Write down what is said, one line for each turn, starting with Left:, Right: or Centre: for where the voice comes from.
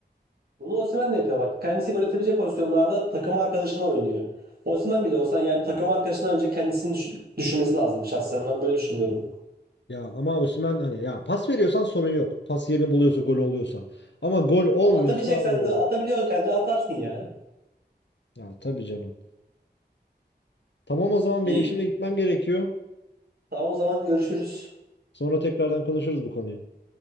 Right: Bunu Osimhen de yapıyor bak. Kendisi gol atabilecek pozisyonlarda takım arkadaşına oynuyor. Osimhen bile olsan yani takım arkadaşından önce kendisini düş- düşünmesi lazım şahsen ben böyle düşünüyorum.
Left: Ya ama Osimhen hani ya pas veriyorsan sorun yok. Pas yerini buluyorsa gol oluyorsa. Ama gol olmuyorsa
Right: Ama atabileceksen
Left: o
Right: de atabiliyorsun de atarsın ya.
Left: ya tabii canım. Tamam o zaman
Right: İyi.
Left: benim şimdi gitmem gerekiyor.
Right: Tamam o zaman görüşürüz.
Left: Sonra tekrardan konuşuruz bu konuyu.